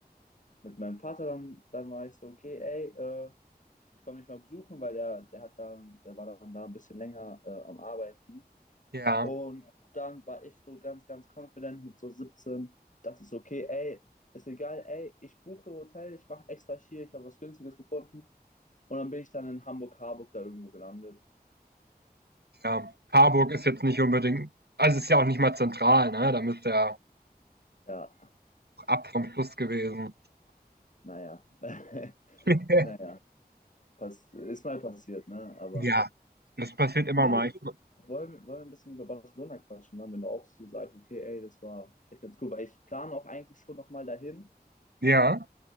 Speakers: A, on the left; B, on the right.
A: mit meinem Vater dann, dann war ich so, okay, ey, äh, ich komme nicht mal besuchen, weil der, der hat da, der war dann da ein bisschen länger äh, am Arbeiten.
B: Ja,
A: Und dann war ich so ganz, ganz confident mit so 17, dass ich so, okay, ey, ist egal, ey, ich buche Hotel, ich mache extra schier, ich habe was Günstiges gefunden. Und dann bin ich dann in Hamburg-Harburg da irgendwo gelandet.
B: ja. Harburg ist jetzt nicht unbedingt also, ist ja auch nicht mal zentral, ne? Da müsste ja
A: Ja,
B: ab vom Fluss gewesen.
A: naja, <laughs>
B: <laughs>
A: naja, pass, ist mal passiert, ne? Aber
B: Ja, das passiert immer
A: nee,
B: mal. Ich
A: Wollen, wir- wollen wir ein bisschen über Barcelona quatschen, dann, wenn du auch so sagst, okay, ey, das war echt ganz cool, weil ich plane auch eigentlich schon nochmal dahin.
B: ja,